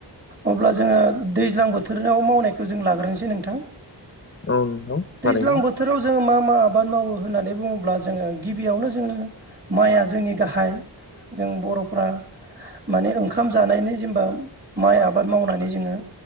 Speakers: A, on the right (about 25°); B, on the left (about 30°).
A: अब्ला जोङो दैज्लां बोथोराव मावनायखौ जों लाग्रोनोसै नोंथां।
B: औ नोंथां थारैनो
A: दैज्लां बोथोराव जोङो मा मा आबाद मावो होननानै बुङोब्ला जोङो गिबियावनो जोङो माइआ जोंनि गाहाय जों बर'फ्रा माने ओंखाम जानायनि जेमबा माइ आबाद मावनानै जोङो